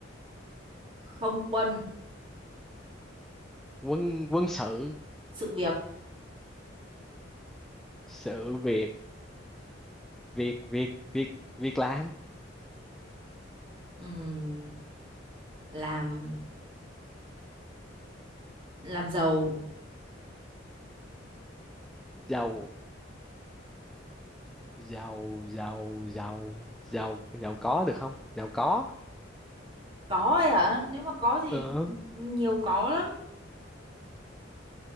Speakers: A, on the right; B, in the centre.
A: không quân
B: quân quân sự
A: sự việc
B: sự việc việc việc việc việc làm
A: ừm, làm làm giàu
B: giàu giàu giàu giàu giàu giàu có được không giàu có
A: có ấy hả nếu mà có thì
B: ờ,
A: nhiều có lắm